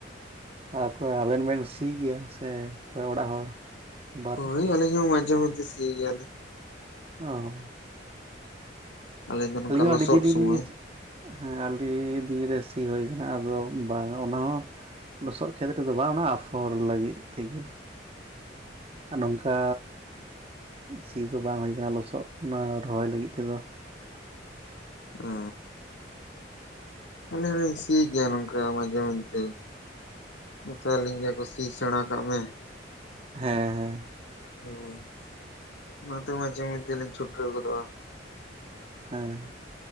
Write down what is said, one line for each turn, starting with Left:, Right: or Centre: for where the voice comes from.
Right: ᱚᱠᱚᱭ ᱟᱵᱮᱱ ᱵᱮᱱ ᱥᱤ ᱜᱮᱭᱟ ᱥᱮ ᱚᱠᱚᱭ ᱚᱲᱟᱜ ᱦᱚᱲ? ᱵᱟ
Left: ᱦᱳᱭ
Right: ᱛᱟᱠᱚ
Left: ᱟᱞᱤᱧ ᱦᱚᱸ ᱢᱟᱡᱷᱮ ᱢᱚᱫᱫᱷᱮ ᱥᱤ ᱜᱮᱭᱟᱞᱤᱧ ᱾
Right: ᱚᱻ
Left: ᱟᱞᱮ ᱫᱚ ᱱᱚᱝᱠᱟ
Right: ᱟᱹᱞᱤᱧ ᱦᱚᱸ
Left: ᱞᱚᱥᱚᱫ
Right: ᱟᱹᱰᱤ ᱫᱤᱱ ᱨᱮᱞᱤᱧ
Left: ᱥᱳᱢᱳᱭ ᱾
Right: ᱦᱮᱸ ᱟᱹᱰᱤ ᱫᱤᱱ ᱨᱮ ᱥᱤ ᱦᱳᱭ ᱠᱟᱱᱟ ᱟᱫᱚ ᱵᱟᱝ ᱾ ᱚᱱᱟ ᱦᱚᱸ ᱞᱚᱥᱚᱫ ᱠᱷᱮᱛ ᱨᱮᱫᱚ ᱵᱟᱝ, ᱚᱱᱟ ᱟᱯᱷᱚᱨ ᱞᱟᱹᱜᱤᱫ ᱛᱮᱜᱮ ᱾ ᱟᱨ ᱱᱚᱝᱠᱟ ᱥᱤ ᱠᱚ ᱵᱟᱝ ᱦᱩᱭ ᱟᱠᱟᱱᱟ ᱞᱚᱥᱚᱫ ᱚᱱᱟ ᱨᱚᱦᱚᱭ ᱞᱟᱹᱜᱤᱫ ᱛᱮᱫᱚ᱾
Left: ᱚ ᱟᱞᱮ ᱞᱮ ᱥᱤ ᱮ ᱜᱮᱭᱟ ᱱᱚᱝᱠᱟ ᱢᱟᱡᱷᱮ ᱢᱚᱫᱷᱮ <unintelligible> ᱞᱤᱧ ᱜᱮ ᱠᱚ ᱥᱤ ᱥᱮᱸᱲᱟ ᱠᱟᱜ ᱢᱮ
Right: ᱦᱮᱸ ᱦᱮᱸ
Left: ᱦᱩᱭ ᱚᱱᱟᱛᱮ ᱢᱟᱡᱷᱮ ᱢᱚᱽᱫᱷᱮ ᱞᱤᱧ ᱪᱷᱩᱴᱟᱹᱣ ᱜᱚᱫᱚᱜᱼᱟ᱾
Right: ᱦᱮᱸ